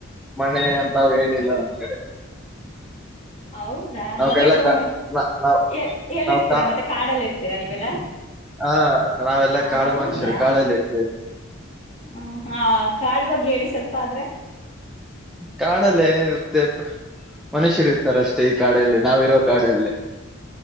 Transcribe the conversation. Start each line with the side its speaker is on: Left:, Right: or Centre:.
Centre: ಮನೆೆ ಅಂತ ಅವ್ರು ಹೇನಿಲ್ಲ ನಮ್ ಕಡೆ
Left: ಹೌದಾ
Centre: ನಾವ್ಗೆಲ್ಲ
Left: ಮತ್ತೆ ನು
Centre: ಕ ನಾವ್
Left: ಎ ಎಲ್ಲಿ
Centre: ನಾವ್
Left: ಇರ್ತೀರಾ ಮತ್ತೆ ಕಾಡಲ್ಲಿ ಇರ್ತೀರಾ ನೀವೆಲ್ಲಾ
Centre: ಹಾ ನಾವೆಲ್ಲಾ
Left: ಹೌದಾ
Centre: ಕಾಡು ಮನುಷ್ಯರು ಕಾಡಲ್ಲಿ ಇರ್ತೀವಿ
Left: ಹ್ಮ ಹಾ ಕಾಡ್ ಬಗ್ಗೆ ಹೇಳಿ ಸ್ವಲ್ಪ ಆದ್ರೆ
Centre: ಕಾಡಲ್ಲಿ ಏನಿರುತ್ತೆ ಮನುಷ್ಯರು ಇರ್ತಾರ ಅಷ್ಟೇ ಈ ಕಾಡಲ್ಲಿ ನಾವಿರೋ ಕಾಡಲ್ಲಿ